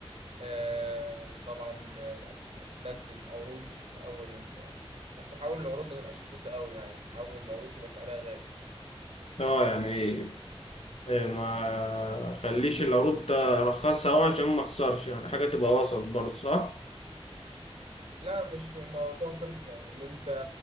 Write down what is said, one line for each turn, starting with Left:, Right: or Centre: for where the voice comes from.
Right: آه، طبعا آه، هتنزل عروض في أول ال... بس حاول العروض ما تبقاش رخيصة قوي يعني حاول العروض تبقى سعرها غالي
Left: اه يعني آه، ما خليش العروض ده رخصها أوي عشان ما اخسرش يعني حاجة تبقى وسط برضه صح؟
Right: لا مش في موضوع تخسر ان انت